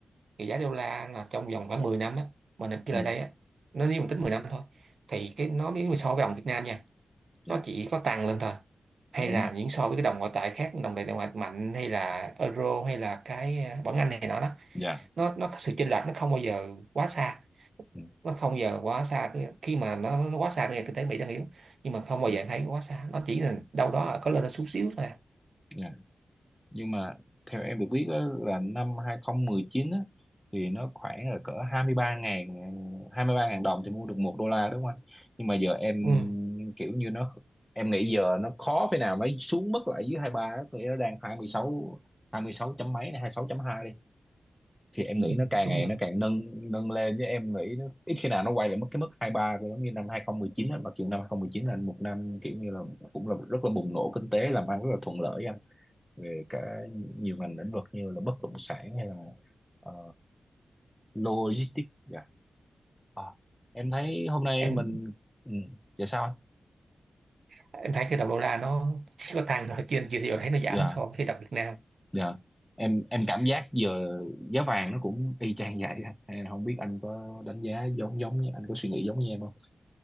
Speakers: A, on the right; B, in the centre.
A: thì giá đô la là trong vòng khoảng 10 năm á mình nằm cái
B: Ừ.
A: lời đây á nó nếu mình tính 10 năm thôi thì cái nó nếu mà so với đồng Việt Nam nha
B: dạ
A: nó chỉ có tăng lên thôi hay
B: đúng
A: là
B: rồi
A: những so với cái đồng ngoại tệ khác đồng tiền ngoại mạnh hay là euro hay là cái ờ, bảng Anh này nọ đó
B: dạ
A: nó nó có sự chênh lệch nó không bao giờ quá xa
B: ừ.
A: nó không bao giờ quá xa cái- khi mà nó, nó quá xa cái kinh tế Mỹ đang yếu nhưng mà không bao
B: Ừ.
A: giờ em thấy quá xa nó chỉ là đâu đó có lên nó xuống xíu thôi à.
B: dạ nhưng mà theo em được biết á, là năm 2019 á, thì nó khoảng là cỡ 23.000 23.000 đồng thì mua được một đô la đúng không anh nhưng mà giờ em
A: ừ.
B: kiểu như nó em nghĩ giờ nó khó thế nào mới xuống mất lại dưới 23 á, có nghĩa nó đang 26 26 chấm mấy này 26.2 đi thì em
A: Ừ.
B: nghĩ nó càng
A: đúng
B: ngày
A: rồi
B: nó càng nâng nâng lên chứ em nghĩ nó ít khi nào nó quay lại mất cái mức 23 của giống như năm 2019 á mặc dù năm 2019 là một năm kiểu như là cũng là rất là bùng nổ kinh tế làm ăn rất là thuận lợi về cả nhiều ngành lĩnh vực như là bất động sản hay là ờ, logistics dạ À, em thấy hôm nay
A: em
B: mình ừ, dạ sao anh?
A: em thấy cái đồng đô la nó chỉ có tăng thôi trên, anh chưa thấy thấy nó giảm
B: dạ
A: so với đồng Việt Nam
B: dạ em em cảm giác giờ giá vàng nó cũng y chang vậy á. Hay là không biết anh có đánh giá giống giống như anh có suy nghĩ giống như em không